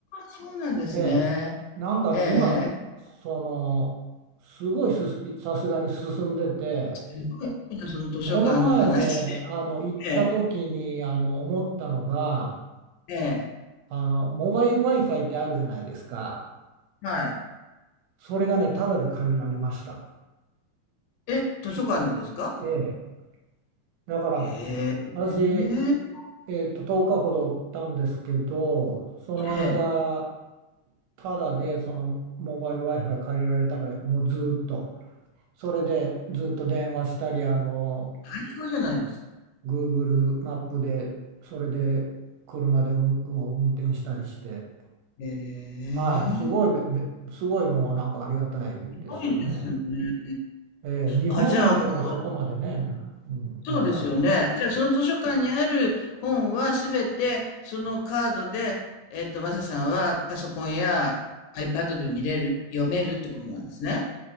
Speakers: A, on the left; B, on the right.
A: そうなんですね。
B: ええ、なんかね、
A: ええええ。
B: 今、その、すごいす、さすがに進んでて、
A: すごいな、その図書館の話。
B: この前ね、あの、行った時に、
A: ええ
B: あの、思ったのが、
A: ええ。
B: あの、モバイル Wi-Fi ってあるじゃないですか。
A: はい。
B: それがね、タダで借りられました。
A: え、図書館でですか？
B: ええ。だから、
A: へえ。
B: 私、
A: ええ。
B: えっと、10日ほどおったんですけど、その間、
A: ええ。
B: タダでそのモバイル Wi-Fi 借りられたから、もうずーっと、それでずっと電話したり、あの、
A: 最高じゃないですか
B: Google マップで、それで車で運を運転したりして、
A: へえ、
B: はい、すごいべ、
A: す
B: べすごいもうなんかありがたいですよね。
A: ごいですね。
B: えー日本ではそこまでね、
A: あ、じゃあ、まあ、
B: うん、
A: そうですよね。
B: まだ
A: じゃあ、その図書館にある本はすべて、そのカードで、えっと、マサさんはパソコンや iPad で見れる、読めるってことなんですね。